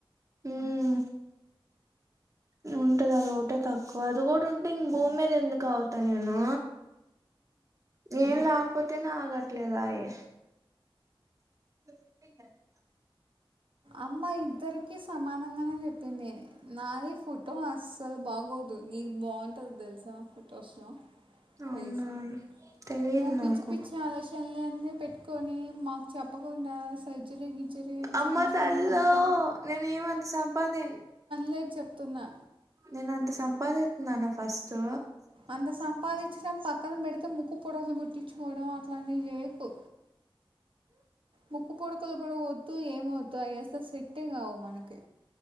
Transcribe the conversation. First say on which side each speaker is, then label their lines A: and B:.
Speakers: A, on the right; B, on the right.
A: ఉమ్ ఉంటది అది ఒకటే తక్కువ అది కూడా ఉంటే ఇం భూమి మీద ఎందుకు ఆగుతా నేను నేను లేకపోతేనే ఆగట్లేదాయే <inaudible>
B: అమ్మా ఇద్దరికి సమానంగానే చెప్పింది నాది ఫోటో అస్సల్ బాగోదు నీది బాగుంటది తెలుసా ఫొటోస్లో
A: అవునా
B: ఫేసు
A: తెలియదు
B: నువ్వు పిచ్చి
A: నాకు
B: పిచ్చి ఆలోచనలన్నీ పెట్టుకొని మాకు చెప్పకుండా సర్జరీ గిర్జరీ అని
A: అమ్మ
B: చేయించుకున్నావు
A: తల్లో
B: అనుకో
A: నేను ఏమంత సంపాదిం
B: దే చెప్తున్నా
A: నేను అంత సంపాదితున్నాన ఫస్టు
B: అంత సంపాదించడం పక్కన పెడితే ముక్కుపుడలు కుటిచ్చు కోవడం అట్లాంటి చేయకు ముక్కు పొడుకలు కూడా వద్దు, ఏమి వద్దు అయసలు సెట్టే కావు మనకి